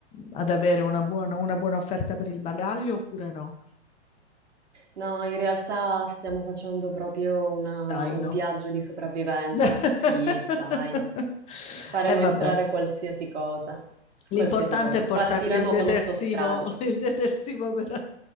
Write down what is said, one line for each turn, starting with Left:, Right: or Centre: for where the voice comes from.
Left: ad avere una buona, una buona offerta per il bagaglio oppure no?
Right: No, in realtà stiamo facendo proprio una-
Left: Zaino.
Right: un viaggio di sopravvivenza.
Left: <laughs>
Right: Sì, zaino. Faremo
Left: E vabbè,
Right: entrare qualsiasi cosa,
Left: l'importante
Right: qualsiasi cosa.
Left: è portarsi
Right: Partiremo
Left: il detersivo,
Right: con otto stradi.
Left: <laughs> il detersivo per,